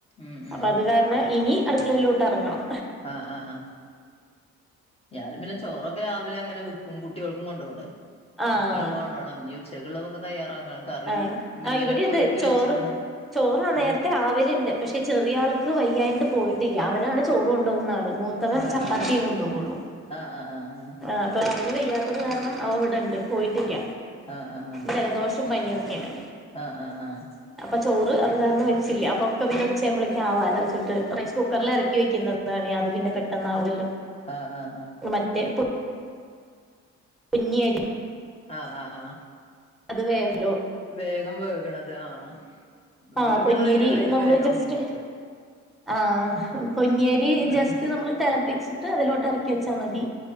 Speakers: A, on the left; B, in the centre.
A: ഉം ഉം
B: അപ്പ അത് കാരണം ഇനി അടുക്കളയിലോട്ടറങ്ങണം
A: ആഹ് ആഹ് ആഹ ഞാനും പിന്നെ ചോറൊക്കെ ങ്ങനെവക്കും കുട്ടികൾക്കും കൊണ്ടൊണ്ടെ
B: ആഹ്
A: മക്കൾക്കോണ്ടോണം ഇനി ഉച്ചക്കോളതൊക്ക തയ്യാറാക്കണം കറി
B: ആഹ
A: മീനൊക്കെ
B: ആ ഇവിടെ അതേ
A: ഒരുക്കി
B: ചോറ്
A: വെച്ച്ക്ക്ണ്
B: ചോറാ നേര
A: ആഹ്
B: ഒക്കെആവല്ണ്ട് പക്ഷേ ചെറിയ ആൾക്ക് വയ്യായിട്ട്പോയിട്ടില്ല അവനാണ് ചോറ് കൊണ്ടൊവുന്നാള്. മൂത്തവൻ
A: ആഹ്
B: ചപ്പാത്തിയെ കൊണ്ടൊവോള്ളു.
A: ആഹ് ആഹ് ആഹ്
B: ആഹ് അപ്പൊ അവന് വെയ്യാത്തത് കാരണം അവ ൻ ഇവിടെണ്ട് പോയിട്ടില്ല.
A: ആഹ് ആഹ്
B: ജലദോഷും പനിയൊക്കെണ്.
A: ആഹ് ആഹ് ആഹ് ആഹ് ആഹ്
B: അപ്പൊ ചോറ് അത് കാരണം വെച്ചില്ല അപ്പൊ ഒക്കെ പിന്നെ ഉച്ചാവുമ്പോളേക്ക് ആവാലോ വച്ചിട്ട്. റൈസ് കുക്കറിൽ എറക്കി വെക്കുന്നതാണെ അത് പിന്നെ പെട്ടന്ന് ആവുമല്ലോ
A: ആഹ്
B: മറ്റേ പുട്ട് കുഞ്ഞിയരി.
A: ആഹ് ആഹ് ആ
B: അത് വേ <unintelligible> ല്ലോ?
A: വേഗം വേക്ണത് ആഹ്
B: ആഹ്
A: വേവുള്ള
B: പൊന്നിയരി
A: അരിയാണേലും
B: നമ്മള്
A: വേകാൻ
B: ജസ്റ്റ്.
A: ബുദ്ധിമുട്ട്
B: ആഹ് പൊന്നിയരി
A: ആഹ്
B: ജസ്റ്റ് നമ്മൾ തിളപ്പിച്ച അതിലോട്ട് ഇറക്കി വെച്ചാ മതി